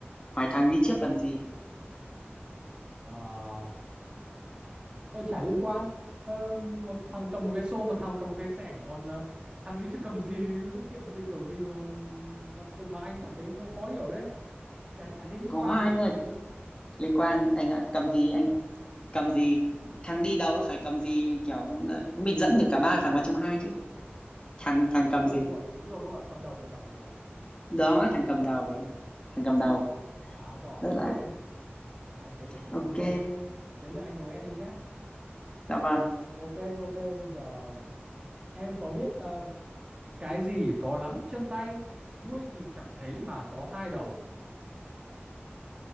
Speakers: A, on the left (about 25°); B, on the right (about 25°).
A: hỏi thằng đi trước làm gì
B: ờ tôi chả liên quan ờ, một thằng cầm một cái xô một thằng cầm một cái xẻng còn ờ, thằng đi trước cầm gì sự kiện gì kiểu gì mà mà tự- mà anh cảm thấy nó khó hiểu thế chả chả thấy liên
A: có
B: quan
A: anh
B: gì cả
A: ơi liên quan anh ạ cầm gì anh cầm gì thằng đi đầu phải cầm gì kiểu mình dẫn được cả ba thằng vào trong hai chứ thằng thằng cầm
B: đúng rồi
A: gì
B: đúng rồi đúng rồi đúng rồi cầm đầu cầm đầu cầm đầu
A: đó thằng cầm đầu ấy. thằng cầm đầu
B: quá giỏi
A: rất
B: <laughs>
A: là
B: anh thấy mình thật
A: ok
B: thông minh đến lượt anh đùa em đi nhá
A: dạ vâng
B: ok ok bây giờ em có biết ờ, Cái gì có lắm chân tay, đuôi thì chẳng thấy mà có hai đầu.